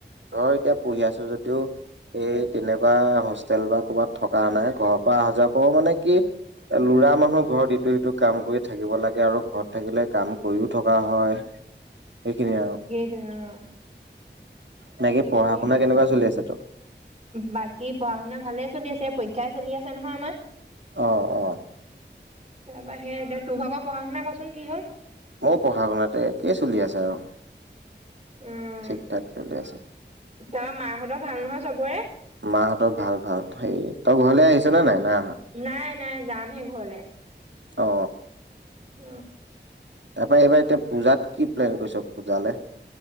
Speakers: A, on the right; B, on the right.
A: ধৰ এতিয়া পঢ়ি আছো যদিও এই তেনেকুৱা হোষ্টেল বা ক'বাত থকা নাই ঘৰৰ পৰা অহা যোৱা কৰো মানে কি লৰা মানুহ ঘৰত ইটো সিটো কাম কৰি থাকিব লাগে আৰু ঘৰত থাকিলে কাম কৰিও থকা হয় এইখিনিয়ে আৰু
B: উ
A: বাকী
B: তাকে
A: পঢ়া শুনা কেনেকুৱা চলি আছে তোৰ
B: বাকী পঢ়া শুনা ভালে চলি আছে পৰীক্ষা পৰিক্ষা চলি আছে নহয় আমাৰ
A: অহ অহ
B: তাৰপৰা সেই তোৰ ভাগৰ পঢ়া শুনা কচোন কি হ'ল?
A: মোৰ পঢ়া শুনাতে একেই চলি আছে আৰু
B: উম
A: ঠিক ঠাক চলি আছে
B: তাৰপৰা মাহঁতৰ ভাল নহয় চবৰে
A: মাহঁতৰ ভাল ভাল হেই ত ঘৰলে আহিছে নাই না
B: নাই নাই যামহে ঘৰলে
A: অ
B: উ
A: তাৰ পৰাৰা এইবাৰ এতিয়া পূজাত কি প্লেন কৰিছ পূজালে